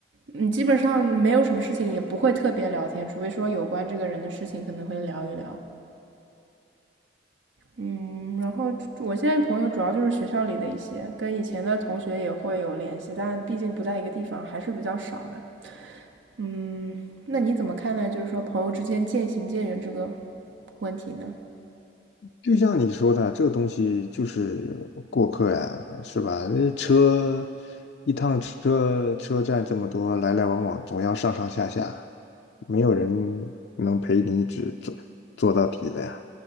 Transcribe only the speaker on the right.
嗯，基本上没有什么事情，也不会特别聊天，除非说有关这个人的事情可能会聊一聊。嗯，然后我现在朋友主要就是学校里的一些，跟以前的同学也会有联系，但毕竟不在一个地方，还是比较少的。嗯，那你怎么看待就是说朋友之间渐行渐远这个问题呢？